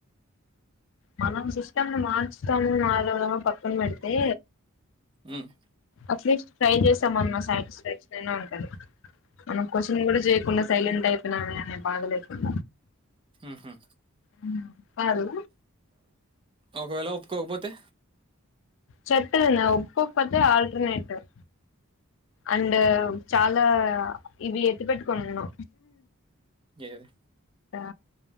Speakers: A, on the left (about 60°); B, on the right (about 25°).
A: మనం సిస్టంను మార్చుతాము మారామో పక్కన పెడితే
B: ఉమ్
A: అట్లీస్ట్ ట్రై చేస్ తమన్న సాటిస్ఫాక్షన్ అయినా ఉంటది మనం క్వశ్చన్ కూడా చేయకుండ సైలెంట్ అయిపోయినామే అనే బాధ లేకుండ
B: ఊహుం
A: ఉమ్ కాదు
B: ఒకవేళ ఒప్పుకోకపోతే
A: చెప్పాన ఒప్పుకోకపోతే ఆల్టర్నేటివ్ అండ్ చాలా ఇవి ఎత్తి పెట్టుకున్న
B: ఏవి
A: ఆ